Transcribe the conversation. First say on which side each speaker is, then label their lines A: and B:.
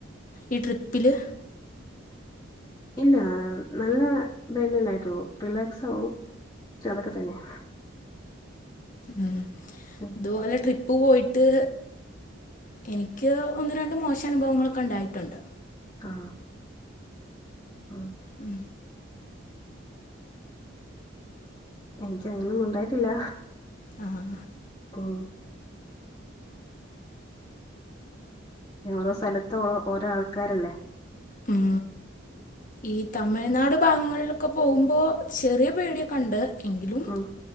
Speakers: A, on the left (about 40°); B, on the left (about 20°).
A: ഈ ട്രിപ്പില്
B: ഇല്ല നല്ല ഇതന്നെണ്ടായിട്ടുള്ളു റിലാക്സ് ആവും അതൊക്കെ തന്നെയാ
A: ഉം
B: ഉം
A: ഇതുപോലെ ട്രിപ്പ് പ്പ് പോയിട്ട് എനിക്ക് ഒന്ന് രണ്ട് മോശ അനുഭവങ്ങളൊക്കെ ഇണ്ടായിട്ടുണ്ട്
B: ആഹ് ആഹ്
A: ഉം
B: എനിക്ക് അങ്ങനെയൊന്നും ഉണ്ടായിട്ടില്ല
A: ആഹ്
B: ഉം പിന്നെ ഓരോ സ്ഥലത്ത് ഓരോ ആൾക്കാരല്ലേ
A: ഉം ഈ തമിഴ്നാട് ഭാഗങ്ങളിലൊക്കെ പോകുമ്പോ ചെറിയ പേടിയൊക്കെയുണ്ട് എങ്കിലും
B: ഉം